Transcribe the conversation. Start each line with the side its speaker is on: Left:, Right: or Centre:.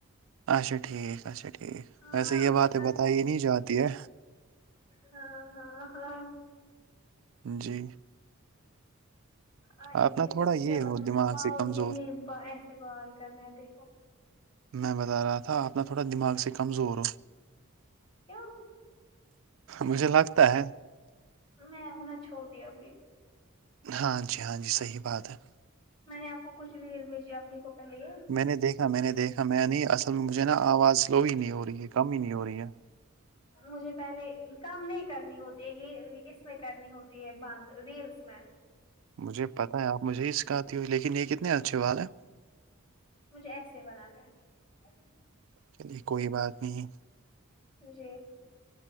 Right: اچھا ٹھیک اچھا ٹھیک
Left: ہاں
Right: ویسے یے
Left: ورنہ
Right: باتیں بتائی
Left: کیا
Right: نہیں جاتی ہے
Left: ہاں ہاں ہاں
Right: جی
Left: آ ان
Right: آپ نا
Left: چیزوں
Right: تھوڑا
Left: کو
Right: یہ
Left: کیا مت
Right: ہو دماغ
Left: وہاں
Right: سے کمزور
Left: مجھے یے ایسے بال کر رہے ہیں دیکھو
Right: میں بتا رہا تھا آپ نا تھوڑا دماغ سے کمزور ہو
Left: کیوں
Right: مجھے لگتا ہے
Left: میں ہونا چھوٹی ابھی
Right: ہاں جی ہاں جی صحیح بات ہے
Left: میں نے آپ کو کچھ ریل بھیجی آپ دیکھ تو پہلے
Right: میں نے دیکھا میں نے دیکھا میں نہیں اصل میں مجھے نا آواز سلو ہی نہیں ہو رہی ہے کم ہی نہیں ہو رہی ہے
Left: مجھے پہلے کام نہیں کرنی ہوتی ہے یے اس میں کرنی ہوتی ہے باندھ ریلس میں
Right: مجھے پتہ ہے آپ مجھے ہی سکھاتی ہو لیکن یے کتنے اچھے والا ہیں
Left: مجھے ایسے ہی بنانا ہے
Right: چلیے کوئی بات نہیں
Left: جی